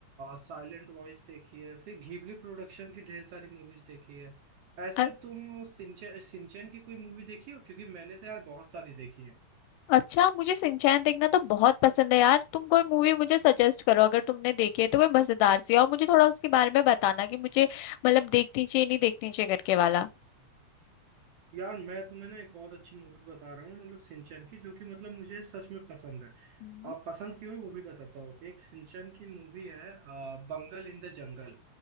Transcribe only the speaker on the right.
साइलेंट वॉइस देखी है फिर घिबली प्रोडक्शन की ढेर सारी मूवीज देखी है ऐसे
तुम सिंचन सिंचन की कोई मूवी देखी हो क्योंकि मैंने तो यार बहुत सारी देखी है
यार मैं तुम्हें ना एक बहुत अच्छी मूवी बता रहा हूँ मतलब सिंचन की जो कि मतलब मुझे सच में पसंद है
और पसंद क्यों है वो भी बताता हूँ एक सिंचन की मूवी है आ, बंगल इन द जंगल